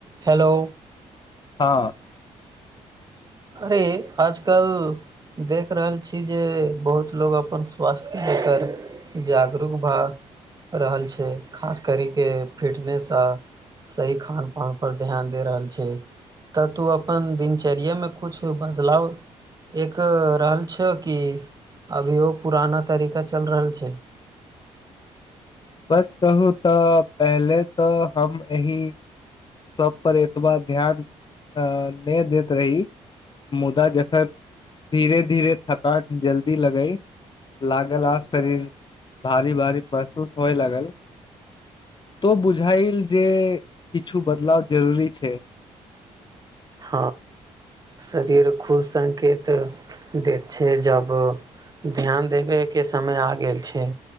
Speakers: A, on the right (about 30°); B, on the left (about 35°).
A: Hello.
B: ह
A: अरे आज कल देख रहल छी जे बहुत लोग अपन स्वास्थ्य के लेकार जागरूक भऽ रहल छै खास करि कऽ फिटनेस अ सही खान पान पर ध्यान दे रहल छै तऽ तू अपन दिनचर्या मे कुछ बदला एक रहल छै कि अभियो पुराना तरीका चल रहल छै
B: बस कहू तऽ पहले तऽ हम एही सभ पर एतबा ध्यान तऽ नहि दैत रही मुदा जखन धीरे धीरे थकान जल्दी लगई लागल आ शरीर भारी भारी महसूस होए लागल तऽ बुझाइल जे किछु बदलाव जरूरी छै
A: ह शरीर खुद संकेत दे छै जब ध्यान देबे के समय आ गेल छै।